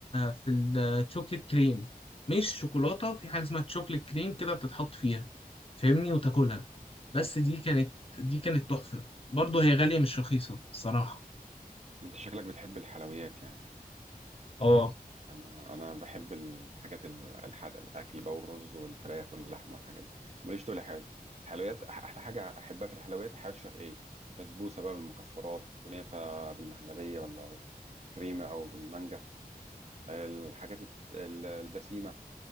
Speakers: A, on the left (about 35°); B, on the right (about 45°).
A: في الشوكليت كريم مش شوكولاتة في حاجة اسمها تشوكليت كريم كده بتتحط فيها فاهمني وتاكلها بس
B: اه
A: دي كانت دي كانت تحفة برضه هي غالية مش رخيصة الصراحة
B: انت شكلك بتحب الحلويات يعني
A: اه
B: انا انا بحب الحاجات ال- الحادقه الاكل بقى والرز والفراخ واللحمه والحاجات دي ماليش تقول حاجات الحلويات أح- احلى حاجه احبها في الحلويات الحلويات الشرقيه بسبوسه بقى بالمكسرات كنافه بالمهلبيه ولا بالكريمه او بالمانجا الحاجات الت- ال- البسيمه